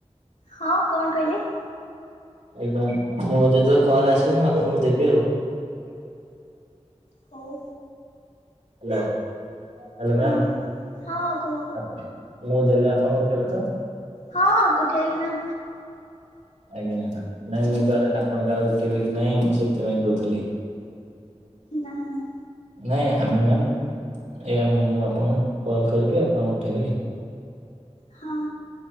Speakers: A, on the left; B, on the right.
A: ହଁ କଣ କହିଲେ?
B: ଆଜ୍ଞା ମୋର ଯେତଳେ କଲ୍ ଆସିବ ମୁଁ ଆପଣଙ୍କୁ ଦେବି ଆଉ।
A: ହୋଉ।
B: ହାଲୋ ହାଲୋ ମ୍ୟାମ୍
A: ହଁ ହଁ। ହଁ କୁହ
B: ଆପ ମୁଁ ଦେଲେ ଆପଣ ଉଠାଇବେ ତ?
A: ହଁ, ଉଠେଇବି ନା।
B: ଆଜ୍ଞା ମାଡ଼ାମ୍ ନାଁ ମୁଁ କାଳେ ଆପଣ କାଳେ ଉଠେଇବି କି ନାଇଁ ମୁଁ ସେଥିପାଇଁ କୋଉଥୁଲି।
A: ନାଁ, ନାଁ।
B: ନାଇଁ ଆମେ ମ୍ୟାମ୍ ଆଜ୍ଞା ମୁଁ ଆପଣଙ୍କୁ କଲ୍ କରିବି ଆପଣ ଉଠାଇବେ।
A: ହଁ,